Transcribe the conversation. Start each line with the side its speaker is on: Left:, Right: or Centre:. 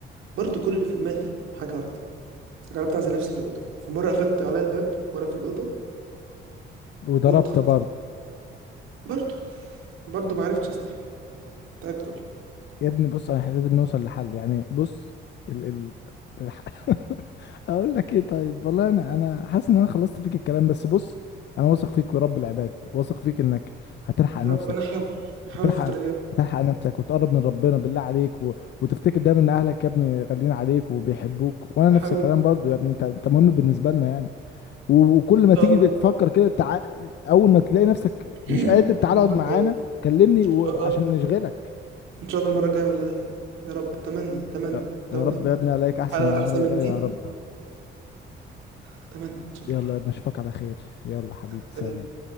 Right: برضو كل اللي في دماغي حاجه واحده جربت اعزل نفسي في الاوضه في مره قفلت عليا الباب وانا في الاوضه
Left: وضربت
Right: وقلت خلاص
Left: برضه
Right: برضو برضو ما عرفتش استحمل تعبت والله
Left: يا ابني بص احنا لازم نوصل لحل يعني بص ال... ال... الح... <laughs> اقول لك ايه طيب والله انا انا حاسس ان انا خلصت فيك الكلام بس بص انا واثق فيك ورب العباد واثق فيك انك هتلحق نفسك
Right: ربنا احاول احاول
Left: هتلحق
Right: الفتره الجايه
Left: هتلحق نفسك وتقرب من ربنا بالله عليك و... وتفتكر دايما ان اهلك يا ابني غاليين عليك وبيحبوك وانا نفس
Right: احاول
Left: الكلام
Right: ان
Left: برضو يا ابني انت انت مهم بالنسبة لنا يعني و- وكل ما
Right: شاء
Left: تيجي
Right: الله
Left: تفكر كده تع... اول ما تلاقي نفسك
Right: <clears throat>
Left: مش قادر تعالى
Right: المره
Left: اقعد
Right: الجايه
Left: معانا
Right: ان
Left: كلمني و...
Right: شاء الله
Left: عشان نشغلك
Right: ان شاء الله المره الجايه والله يا رب اتمنى اتمنى
Left: يا
Right: اتمنى
Left: يا رب
Right: ابقى
Left: يا ابني عليك احسن
Right: حلقه
Left: من المره
Right: احسن
Left: الجايه
Right: من دي
Left: يا رب
Right: اتمنى ان شاء
Left: يلا
Right: الله
Left: يا ابني اشوفك على خير يلا حبيبي
Right: مع السلامه
Left: سلام